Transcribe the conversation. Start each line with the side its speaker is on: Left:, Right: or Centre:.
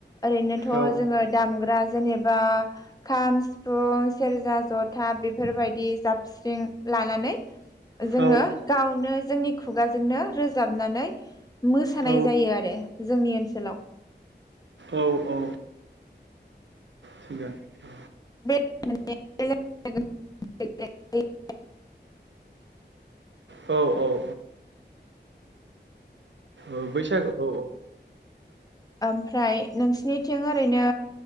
Left: ओरैनोथ'
Right: औ
Left: जोङो दामग्रा जेनेबा बा खाम सिफुं सेरजा ज'था बेफोरबायदि जाबस्रिं लानानै जोङो
Right: औ
Left: गावनो जोंनि खुगाजोंनो रोजाबनानै मोसानाय
Right: औ
Left: जायो आरो जोंनि ओनसोलाव
Right: औ औ थिगानो
Left: <unintelligible>
Right: औ औ ओ बैसागो औ औ
Left: ओमफ्राय नोंसिनिथिं ओरैनो